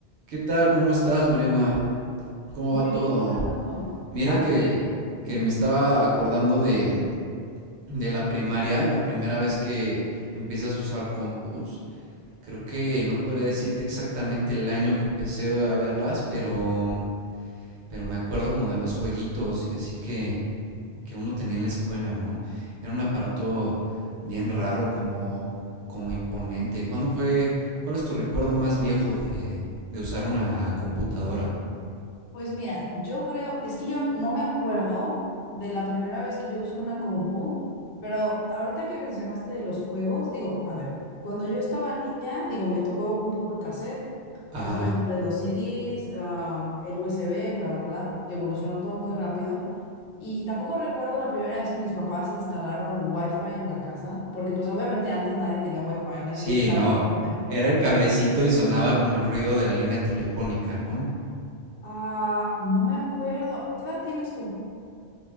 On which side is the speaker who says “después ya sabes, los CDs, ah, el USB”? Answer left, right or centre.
Left